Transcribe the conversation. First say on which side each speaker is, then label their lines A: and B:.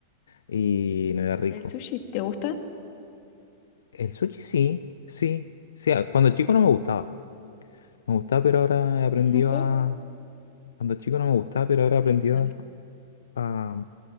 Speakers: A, on the left; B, on the left.
A: Y no era rico.
B: ¿El sushi te gusta?
A: El sushi sí, sí, sí, a- cuando chico no me gustaba. Me gustaba, pero ahora he aprendido
B: <laughs> Puedo
A: a... Cuando chico no me gustaba, pero ahora he aprendido
B: Hacerlo.
A: a, a,